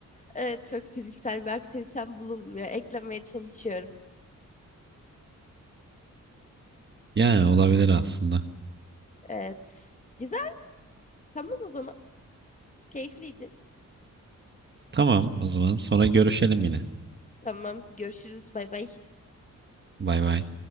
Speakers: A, on the left; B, on the right.
A: Evet çok fiziksel bir aktivitem bulunmuyor. Eklemeye çalışıyorum.
B: Yani olabilir aslında.
A: Evet. Güzel. Tamam o zaman. Keyifliydi.
B: Tamam o zaman sonra görüşelim yine.
A: Tamam. Görüşürüz. Bay bay.
B: Bay bay.